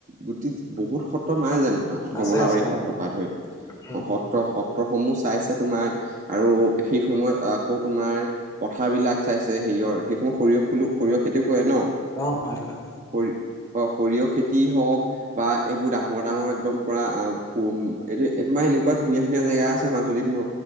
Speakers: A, on the right (about 35°); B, on the left (about 15°).
A: গট বহুত সত্ৰ নাই জানো তাত।
B: আছে
A: কমলাবাৰী
B: আছে অ
A: সত্ৰপাত হৈ
B: উম
A: সত স-সত্ৰসমূহ চাইছে তোমাৰ আৰু সেই সময়ত আকৌ তোমাৰ পথাৰ বিলাক চাইছে হেৰিয়ৰ সেইসময় সৰিয়হ ফুলো সৰিয়হ খেতিও কৰে ন।
B: অ' হয়, হয়।
A: সৰি অ' সৰিয়হ খেতিয় হওক বা এইবোৰ ডাঙৰ ডাঙৰ একদম পুৰা এইটো তোমাৰ এনেকুৱা ধুনীয়া ধুনীয়া জেগা আছে মান মাজুলীত